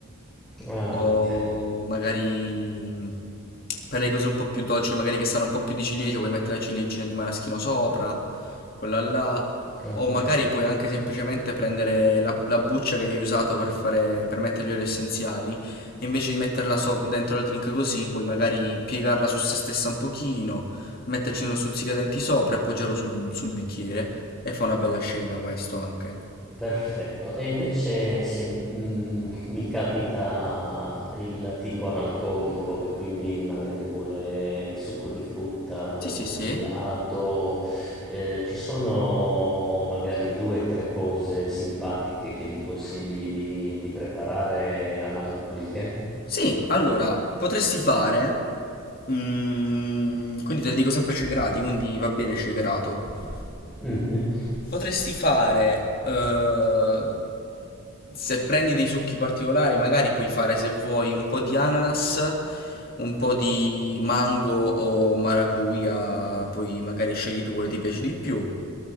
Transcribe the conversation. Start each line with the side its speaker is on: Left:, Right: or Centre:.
Centre: Ah,
Left: o
Centre: ok,
Left: magari per le cose un po' più dolci, magari che sanno un po' più di ciliegia, puoi mettere la ciliegina di maraschino sopra. Quella là,
Centre: ok.
Left: o magari puoi anche semplicemente prendere la, la buccia che hai usato per fare, per mettere gli oli essenziali, e invece di metterla so- dentro al drink così, puoi magari piegarla su se stessa un pochino, metterci uno stuzzicadenti sopra e appoggiarlo sul, sul bicchiere, e fa una bella
Centre: Ok,
Left: scena questo anche.
Centre: perfetto. E invece se mm, <laughs> mi capita il tipo analcolico che quindi magari vuole il succo di frutta o
Left: Sì, sì,
Centre: il frullato,
Left: sì.
Centre: eh, ci sono magari due o tre cose simpatiche che mi consigli di, di preparare analcoliche?
Left: Sì, allora, potresti fare... mm, quindi te le dico sempre shakerato, quindi va bene shakerato.
Centre: Mhm,
Left: Potresti fare, eh, se prendi dei succhi particolari, magari puoi fare se vuoi un po' di ananas, un po' di mango o maracuja, poi magari scegli tu quello che ti piace di più,